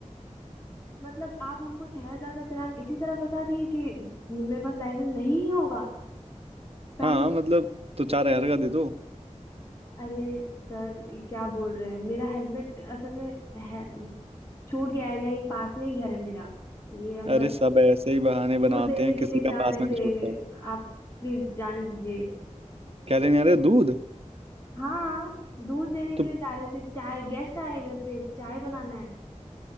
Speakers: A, on the left; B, on the right.
A: मतलब आप हमको छह हजार का चालान इसी तरह बता दिए कि मेरे पास लाइसेंस नहीं होगा पहले
B: हाँ हाँ, मतलब तो चार हजार का दे दो
A: अरे सर ये क्या बोल रहे हैं मेरा हेलमेट असल में है छूट गया है यहीं पास में ही घर है मेरा ये हम बस
B: अरे सब ऐसे ही बहाने बनाते
A: दूध लेने
B: हैं
A: के
B: किसी
A: लिए जा
B: का पास
A: रहे
B: में नहीं
A: थे
B: छूटता है
A: आप प्लीज जाने दीजिए
B: क्या लेने आ रहे हो? दूध
A: हाँ दूध लेने के
B: तो
A: लिए जा रहे थे चाय गेस्ट आए घर पे चाय बनाना है